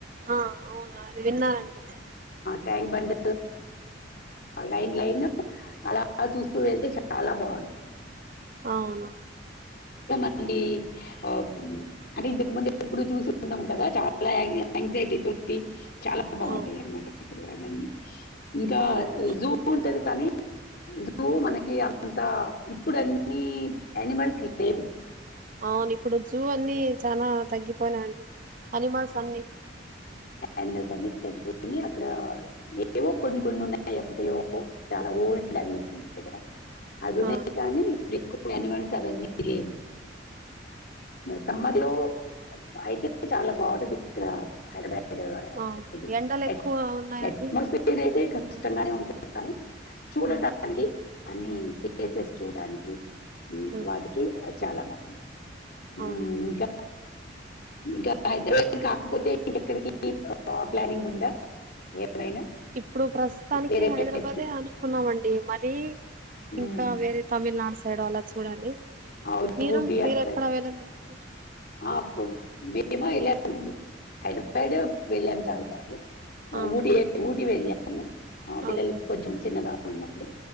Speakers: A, on the right; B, on the left.
A: ఆ ఆ అవునా విన్నానండి
B: ట్యాంక్ బండ లైన్ లైన్ అల చూస్తూ వెళ్తే చాల బాటుంది
A: అవునా
B: ఆంటీ అ అంటే ఇంతకు ముందు ఎప్పుడు చూసి ఉండం కదా చాలా ఎంగ్జైటీతో ట్టి చాలా బాగుంటాయి
A: ఆ
B: అనమాట అక్కడ అని ఇంకా
A: అవును
B: జూ ఉంట ది కానీ జూ మనకి అంతా ఇప్పుడు అన్ని యానిమల్స్ లేవు
A: అవును ఇప్పుడు జూ అన్ని చాలా తగ్గిపోయినాయి అండి అనిమల్స్ అన్ని
B: అనిమల్స్ అన్ని తగ్గిపోయినాయి అక్కడ ఏవో కొన్నికొన్ని ఉన్నాయి ఏప్పటివో ఓల్డ్ వన్నీ అనిమల్స్ ఉంటాయి కదా అవి ఉన్నాయి
A: ఆ
B: కానీ ఇప్పుడు ఎక్కువ అనిమల్స్ అవన్నీ లేవు సమ్మర్ లో అయితే చాలా బాగుంటది ఇక్కడ హైదరాబాద్
A: ఆ
B: ఇది
A: ఎండలు
B: ఎట్
A: ఎక్కువ ఉన్నాయండి
B: ఎట్మాస్పియర్ అయితే క కష్టంగానే ఉంటుంది కానీ చూడటానికి
A: ఆ
B: అన్ని ప్లేసెస్ చూడడానికి
A: ఉమ్
B: వాటికి చాల బాగుంటంది యు
A: అవును
B: ఇంకా ఇంకా హైదరాబాద్ కాకపోతే ఇంకా ఎక్కడికి ప్లానింగ్ ఉందా ఏమైనా
A: ఇప్పుడు ప్రస్తుతానికి
B: వేరే
A: హైదరాబాదే
B: ప్లేస్ కి
A: అనుకున్నామండి మరీ
B: ఉమ్,
A: ఇంకా వేరే తమిళనాడు సైడు అలా చూడాలి
B: అవును
A: మీరు
B: ఊటీ
A: మీరెక్కడ
B: అక్కడ
A: వెళ్ళలేదండి
B: ఆపు మేము వెళ్ళామండి హైదరాబాద్ వెళ్ళాము చాలు సార్లు
A: ఆ
B: ఊటీ ఊటీ వెళ్ళాము ఆ పిల్లల
A: ఓకే
B: కొంచెం చిన్నగా ఉన్నప్పుడు